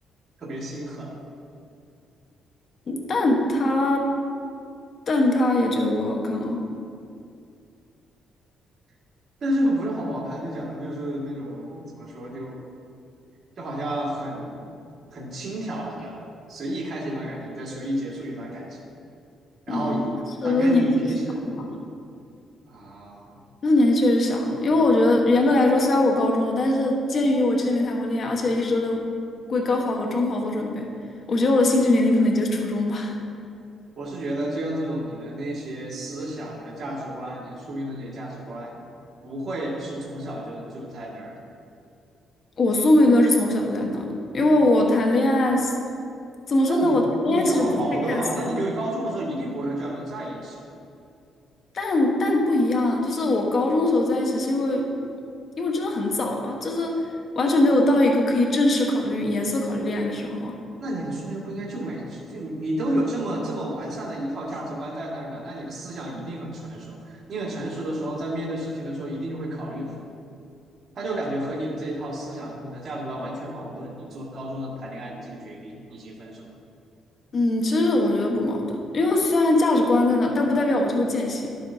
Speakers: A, on the right; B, on the left.
A: 特别心狠？
B: 但他但他也觉得我好看啊，
A: <laughs> 但是这个不是好不好看，就讲的就是那种怎么说，就就好像很很轻佻一样，随意开始一段感情，再随意结束一段感情，然后以他跟你平时
B: 嗯，当时年纪小嘛，
A: 啊，
B: 那时年纪确实小啊，因为我觉得严格来说，虽然我高中了，但是鉴于我之前没谈过恋爱，而且一直都在为高考和中考做准备，我觉得我的心智年龄可能也就是初中吧。
A: 我是觉得这样这种你的那些思想、你的价值观、你的宿命论这些价值观，不会是从小就就在那儿的。
B: 我宿命论是从小就在那的，因为我谈恋爱是，怎么说呢？
A: 那你你就很矛盾啊，
B: 我谈恋爱其实不太看宿命，
A: 那你就高中的时候一定不会和这样的人在一起啊。
B: 但但不一样，就是我高中的时候在一起，是因为因为真的很早啊，就是完全没有到一个可以正式考虑、严肃考虑恋爱的时候啊。
A: 那你的书面上不应该就每就你你都有这么这么完善的一套价值观在那儿呢，那你的思想一定很成熟。你很成熟的时候，在面对事情的时候，一定就会考虑很多。他就感觉和你的这一套思想、和你的价值观完全矛盾。你做高中的谈恋爱的这个决定以及分手
B: 嗯，其实我觉得不矛盾，因为虽然价值观在那，但不代表我就会践行。